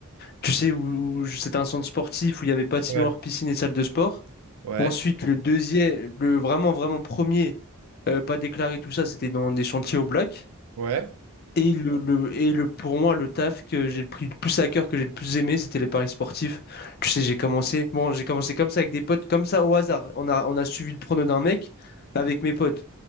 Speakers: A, on the left; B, on the right.
A: tu sais, où, où- c'était un centre sportif où il y avait patinoire,
B: Ouais.
A: piscine et salle de sport.
B: Ouais.
A: Ensuite, le deuxième, le vraiment, vraiment premier, euh, pas déclaré, tout ça, c'était dans des chantiers au black.
B: Ouais.
A: Et le, le- et le, pour moi, le taf que j'ai pris le plus à cœur, que j'ai le plus aimé, c'était les paris sportifs. Tu sais, j'ai commencé, bon, j'ai commencé comme ça avec des potes, comme ça au hasard. On a, on a suivi le prono d'un mec avec mes potes.